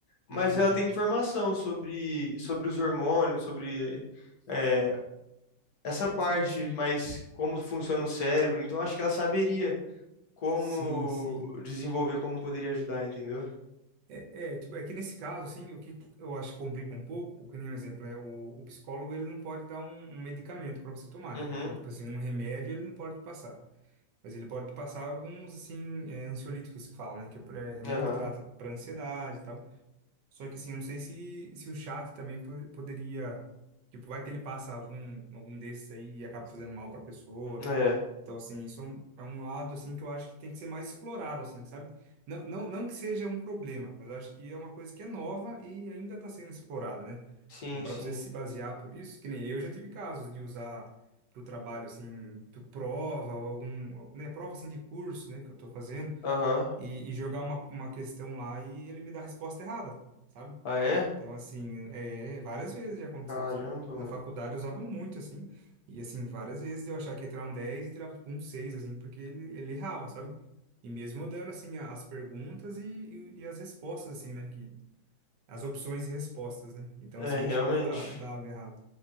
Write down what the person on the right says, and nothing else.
uhum.
Sim, sim.
Sim, sim.
É, é, tipo, é que nesse caso, assim, o que eu acho que complica um pouco, que nem um exemplo, é o, o psicólogo, ele não pode dar um, um medicamento para você tomar,
né? Então, tipo assim, um remédio ele não pode te passar. Mas ele pode te passar alguns, assim, é, ansiolíticos que falam, né? Que é pra- é remédio
que trata para ansiedade e tal. Só que, assim, eu não sei se, se o chat também po- poderia... Tipo, vai que ele passa algum, algum desses aí e acaba fazendo mal para a pessoa.
Então, assim, isso é um, é um lado, assim, que eu acho que tem que ser mais explorado, assim, sabe? Não, não, não que seja um problema, mas eu acho que é uma coisa que é nova e ainda está sendo explorada, né?
Então, para
você se basear por isso, que nem eu já tive casos de usar para o trabalho, assim, tu prova ou algum, né, prova, assim, de curso, né, que eu estou fazendo,
e, e jogar uma, uma questão lá e ele me dá a resposta errada, sabe?
Então, assim, é, várias vezes já aconteceu,
sabe?
Na faculdade eu usava muito, assim, e, assim, várias vezes eu achava que ia tirar um 10 e tirava, tipo, um 6 assim, porque ele, ele errava, sabe? E mesmo dando, assim, a- as perguntas e, e, e as respostas, assim, né? Que, as opções e respostas, né? Então,
assim,
já chegou a dar, dar algo errado.